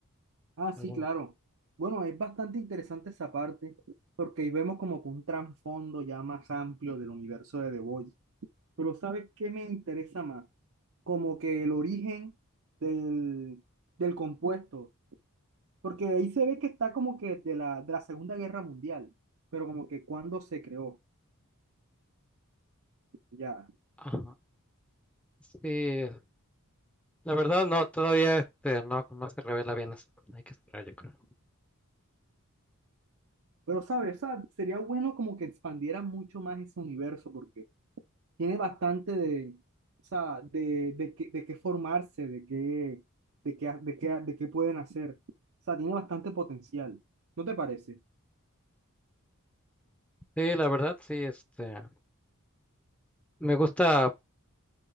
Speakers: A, on the right; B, in the centre.
A: Ah, sí,
B: alguno.
A: claro. Bueno, es bastante interesante esa parte, porque ahí vemos como que un trasfondo ya más amplio del universo de The Voice. Pero ¿sabes qué me interesa más? Como que el origen del, del compuesto, porque ahí se ve que está como que de la, de la Segunda Guerra Mundial, pero como que cuando se creó, ya.
B: Ajá. Sí, la verdad no, todavía este, no, no se revela bien eso, hay que esperar, yo creo.
A: Pero, ¿sabes? O sea, sería bueno como que expandieran mucho más ese universo, porque tiene bastante de, o sea, de, de, qué, de qué formarse, de qué, de qué, ha- de qué, ha- de qué pueden hacer. O sea, tiene bastante potencial. ¿No te parece?
B: Sí, la verdad, sí, este, me gusta,